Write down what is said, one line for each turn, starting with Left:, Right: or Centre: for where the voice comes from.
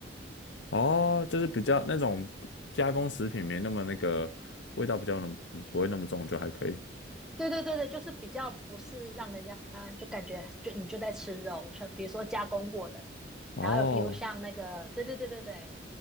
Left: 哦，就是比较那种加工食品没那么那个味道比较浓，不会那么重就还可以。
Centre: 对对对对，就是比较不是让人家就感觉就你就在吃肉，就比如说加工过的，
Left: 哦
Centre: 然后有比如像那个，对对对对对，